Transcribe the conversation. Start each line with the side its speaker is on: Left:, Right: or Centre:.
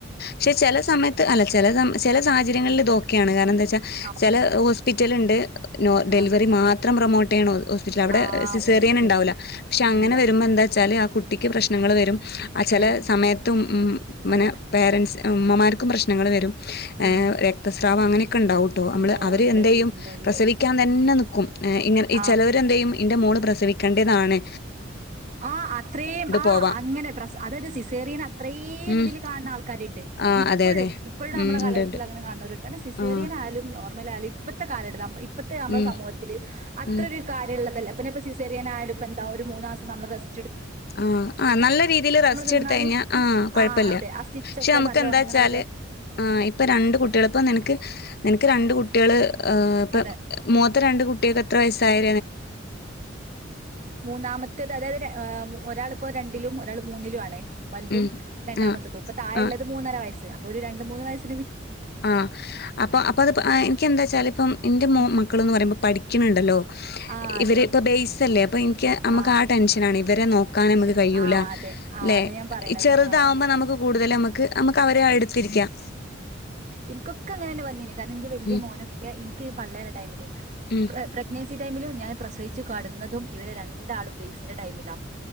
Left: -ക്ഷെ ചില സമയത്ത് അല്ല ചില സമ ചില സാഹചര്യങ്ങളില് ഇതോക്കെ യാണ് കാരണംന്താ
Right: ആ ഓക്കെയാണ്
Left: ചില ഹോസ്പിറ്റലണ്ട് നോ ഡെലിവറി
Right: ആ
Left: മാ <unintelligible> പ്രൊമോട്ടയ്യണത് ഹോസ്പിറ്റൽ അവിടെ
Right: ആ
Left: സിസേറിയൻ
Right: ഹോസ്പിറ്റല്
Left: ണ്ടാവൂല പക്ഷെ അങ്ങനെ
Right: ഇല്ല
Left: വരുമ്പന്താ ച്ചാല് ആ കുട്ടിക്ക് പ്രശ്നങ്ങൾ വരും ആ ചെല
Right: വരും
Left: സമയത്തും ഉ- മ്മ് - മന
Right: അതെ
Left: പേരൻ ഉമ്മമാർക്കും പ്രശ്നങ്ങൾ വരും
Right: ഉം
Left: ഏ രക്തസ് <unintelligible> സ്രാവ ങ്ങനൊക്കെണ്ടാവും നമ്മള്
Right: ഓ
Left: അവര്
Right: ഉണ്ട്
Left: എന്തേയ്യും
Right: ഉണ്ട് ഉണ്ട്
Left: പ്രസവിക്കാൻ തന്നെ നിക് കും ഇങ്ങ ഈ
Right: ആഹ്
Left: ചിലവരെന്തേയ്യും ഇൻ്റെ മോള് പ്രസവിക്കേണ്ട്യതാണ്
Right: ആ അത്രേയും ആ-
Left: പോവാം
Right: അങ്ങനെ പ്രസ അതാത് സിസേറിയൻ അത്രേയും
Left: ഉം
Right: <unintelligible> ഇതിൽ കാണുന്ന ആൾക്കാരുണ്ട്
Left: ആഹ്
Right: ഇപ്പോഴും
Left: അതെ അതെ
Right: ഇപ്പോഴും
Left: ഉം
Right: നമ്മുടെ കാലഘട്ടത്തിൽ
Left: ഉണ്ട് ഉണ്ട്
Right: അങ്ങനെ കാണുന്നവര് കാരണം സിസേറിയന
Left: ആഹ്
Right: ആലും ഇപ്പത്തെ കാല എടുത്ത് ഇപ്പഴത്തെ നമ്മുടെ
Left: ഉം
Right: സമൂഹത്തില് അത്രരു
Left: ഉം
Right: കാര്യമുള്ളതല്ല. സെറിയനായാല ഇപ്പ എന്താ ഒരു മൂ നമ്മ വെസ്
Left: ആ ആഹ് നല്ല രീതിയിൽ റസ്റ്റ്
Right: നിന്നാല്
Left: എടുത്ത കഴിഞ്ഞാൽ ആഹ കൊഴപ്പില്ല
Right: ആഹ് അതെ ആ സ്റ്റിച്ചൊക്കെ
Left: പക്ഷെ നമുക്ക്
Right: നല്ല
Left: എന്താ
Right: ഒണങ്ങണ
Left: വച്ചാല്
Right: വരെ
Left: ആ ഇപ്പ രണ്ട്
Right: ആ,
Left: കുട്ടികൾ ഇപ്പ നിനക്ക് നിനക്ക് രണ്ട കുട്ടികള്
Right: ഉം
Left: ഇപ്പ മൂത്ത രണ്ട് കു <unintelligible> എത്ര വയസായി
Right: മൂന്നാമത്തേത് അതായത് ഒരാളിപ്പോ രണ്ടിലും ഒരാൾ മൂന്നിലും ആണേ? വലുതും
Left: ഉം
Right: രണ്ടാമത്തത്
Left: ആഹ്
Right: ഇപ്പൊ താഴ
Left: ആഹ്
Right: ഉള്ളത് മൂന്നര വയസ്സ് അ ഒരു രണ്ട് മൂന്ന് വയസി
Left: ആ അപ്പൊ അപ്പ അത് എനിക്ക് എന്താ വച്ചാല ഇപ്പ എന്റെ
Right: ഉം.
Left: മക്കള എന്ന് പറയുമ്പോഠ അമ്മയുണ്ടേലോ
Right: ആഹ് അതെ.
Left: ഇവര് ഇപ്പൊ ബെയസ്ല്ലേ പ <unintelligible> നമക്ക്
Right: ആഹ്
Left: ആ ടെൻഷൻ ആണ ഇവരെ നോക്കാൻ നമുക്ക്
Right: ഈശ്വരൻ.
Left: കഴിയൂല
Right: ആഹ് അതെ. ആഹ്
Left: അല്ലെ
Right: അതാ ഞാൻ പറയണത്.
Left: ഈ ചെറുതാവുമ്പോ
Right: ആഹ്.
Left: നമുക്ക് കൂടുതല നമക്ക് നമുക്ക് അവരെ എടുത്തിരിക്കാം
Right: എനിക്കൊക്കെ അങ്ങനെ വന്നില്ല കാരണം എനിന്റെ വലിയ
Left: ഉം
Right: മോനൊക്കെ- പള്ളിയുടെ ഇടയിലെ
Left: ഉം
Right: പ്രെഗ്നെൻസി ടൈമില ഞാൻ പ്രസഹിച്ചു കാടുന്നതും ഇവര് രണ്ടാളും ബെയ്സിന്റെ ടൈമിലാണ്